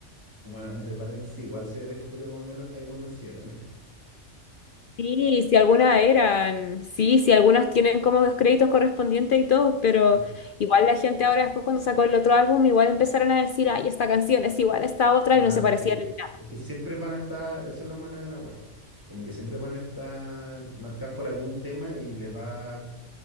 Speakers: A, on the right; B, on the left.
A: y bueno, entre paréntesis, igual se descubrió más o menos que algunos sí eran. <laughs>
B: Sí, si algunas eran, sí, si algunas tienen como los créditos correspondientes y todo, pero
A: Sí.
B: igual la gente ahora después cuando sacó el otro álbum, igual empezaron a decir, ay, esta canción es igual a esta otra y
A: Ah,
B: no se
A: sí.
B: parecían en nada.
A: Es que siempre van a estar, eso es lo malo del agua, como que siempre van a estar marcadas por algún tema y les va